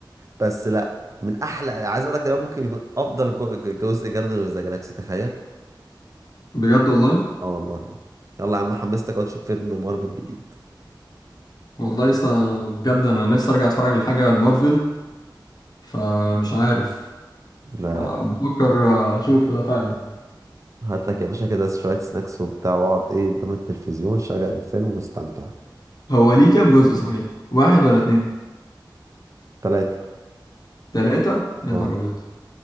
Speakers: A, on the right; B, on the left.
A: بس لا من احلى عايز اقول لك ده ممكن يكون افضل جو- جزء جاردن اوف ذا جالاكسي تخيل
B: بجد والله
A: اه والله يلا يا عم حمستك اقعد تشوف فيلم مارفل جديد
B: والله لسه بجد انا نفسي ارجع اتفرج لحاجة المارفل فمش عارف
A: لا
B: آه،
A: لا
B: بفكر آه، اشوفه ده فعلا
A: هات لك يا باشا كده شوية سناكس وبتاع واقعد ايه قدام التلفزيون شغل الفيلم واستمتع
B: هو ليه كام جزء صحيح واحد ولا اتنين
A: تلاتة
B: تلاتة يا
A: اه
B: نهار ابيض